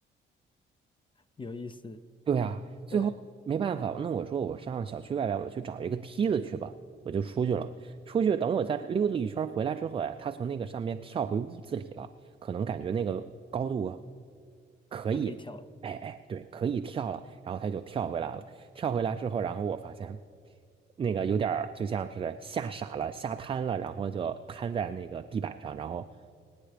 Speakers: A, on the left (about 25°); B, on the right (about 25°).
A: 有意思，
B: 对呀，最后没办法，
A: 对，
B: 那我说我上小区外边，我去找一个梯子去吧，我就出去了。出去等我再溜达一圈儿回来之后呀，他从那个上面跳回屋子里了，可能感觉那个高度啊可以，
A: 它可以跳了
B: 哎哎，对，可以跳了，然后他就跳回来了。跳回来之后，然后我发现那个有点儿就像是吓傻了、吓瘫了，然后就瘫在那个地板上，然后